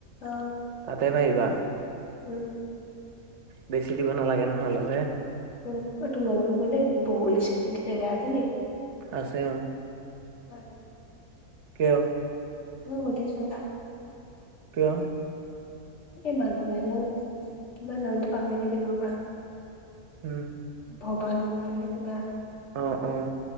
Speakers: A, on the left; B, on the right.
A: অ
B: তাতে পাৰিবা।
A: উম
B: বেছি দিব নালাগে নহয়, অলপহে।
A: উম, অ তোমালোকৰ সেইফালে, বগৰি-চগৰি টেঙা আছে নেকি?
B: আছে অঁ।
A: হয়।
B: কিয়?
A: এনেই সোধিছোঁ।
B: কিয়?
A: এই মানুহ এজন, কিবা নামটো পাহৰি থাকিলোঁ ৰবা
B: উম।
A: ভবানন্দ নে কিবা?
B: অঁ, অঁ।